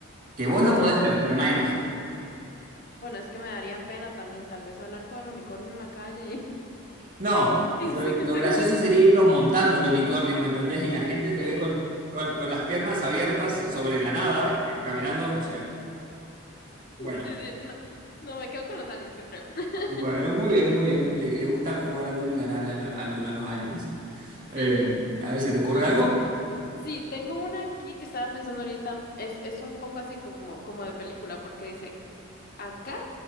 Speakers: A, on the right (about 40°); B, on the left (about 45°).
A: Que vos lo podés
B: Eso
A: ver,
B: es,
A: pero nadie más.
B: bueno, es que me daría pena también tal vez hablar con el unicornio en la calle y, <laughs>
A: No, lo,
B: y dicen
A: lo
B: que estoy
A: gracioso
B: loca.
A: sería irlo montando al unicornio, ¿me entendés? Y
B: Ay,
A: la gente te
B: sí.
A: ve con, con- con las piernas abiertas sobre la nada, c- caminando, o sea, bueno,
B: Sí, sí, no, no, me quedo con los aliens, yo creo. <laughs>
A: bueno, muy bien, muy bien. Le, le gusta jugar al uno y ganarle al, al uno a los aliens.
B: Sí,
A: Eh, a ver, ¿se te ocurre
B: yo
A: algo?
B: sí, tengo una aquí que estaba pensando ahorita. Es, es un poco así como, como de película porque dice, acá.